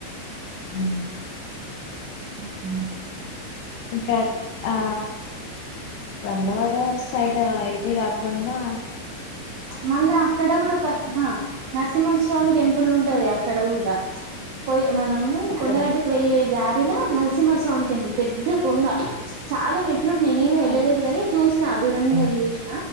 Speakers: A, on the left; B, on the right.
A: ఉ
B: ఉహు
A: ఇంకా ఆ వెంగవాడ సైడ్ ఐటీ గాకుండా
B: మల్లా అక్కడ కూడా పత్తమ నరసింహస్వామి టెంపుల్ ఉంటది అక్కడ కూడా పోయి మనము
A: అక్కడ
B: కొండగటుకి వెళ్లేే దారిలో నరసింహస్వామి టెంపుల్ పెద్ద కొండ చాలా మెట్లు ఉన్నాయి. నేను వెళ్ళలేదు
A: ఆ
B: కాని చూసినా దూరం నుండి వెళ్ళి చూసిన